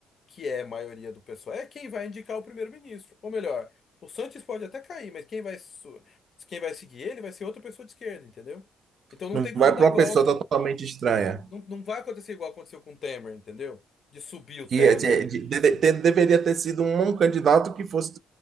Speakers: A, on the left; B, on the right.
A: que é a maioria do pessoal, é quem vai indicar o primeiro-ministro. Ou melhor, o Sanches pode até cair, mas quem vai, su- quem vai seguir ele vai ser outra pessoa de esquerda, entendeu? Então não
B: Não
A: tem
B: vai
A: como dar
B: para uma
A: golpe.
B: pessoa totalmente estranha.
A: Não, não vai acontecer igual aconteceu com o Temer, entendeu? De subir o
B: Que
A: Temer.
B: é- de- de- de- de- deveria ter sido um um candidato que fosse